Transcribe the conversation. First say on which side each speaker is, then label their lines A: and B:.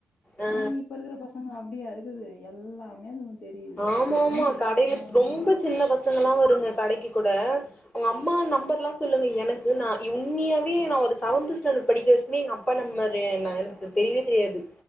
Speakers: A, on the left; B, on the left.
A: ஆ
B: ஆனா இப்ப இருக்குற பசங்க அ ப்டியா இருக்குது எல்லாமே அதுங்க தெரியுது
A: ஆமாமா
B: எதுவும் தெரியாதுன்னா
A: கடைல
B: ஒண்ணுமே
A: ரொம்ப
B: இல்ல
A: சின்ன பசங்கலா வருங்க கடக்கி கூட ஒங்க அம்மா நம்பர்லா சொல்லுங்க எனக்கு நா உண்மையாவே நா ஒரு செவன்த்து ஸ்டாண்டட் படிக்கிற வர்க்குமே எங்க அப்பா நம்பர் என்ன எனக்கு தெரியவே தெரியாது